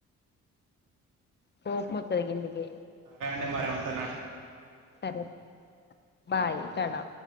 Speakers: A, on the left; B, on the right.
A: కోపం వస్తది గిందుకే
B: సరే అండి మరి ఉంటున్న
A: సరే బాయ్ ఉంటానా